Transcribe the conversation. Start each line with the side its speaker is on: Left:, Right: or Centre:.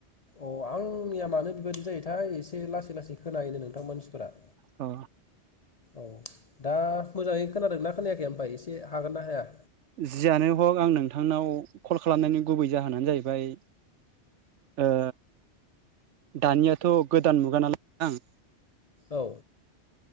Left: अ आंनिया मानो बेबायदि जायोथाय एसे लासै-लासै खोनायोनो नोंथां मानसिफोरा।
Right: औ।
Left: औ। दा मोजाङै खोनादोंना खोनायाखै आम <unintelligible> एसे हागोन ना हाया।
Right: जियानो हग आं नोंथांनाव कल खालामनायनि गुबै जाहोनानो जाहैबाय ओ दानियाथ' गोदान मुगा नालाय <inaudible> आं।
Left: औ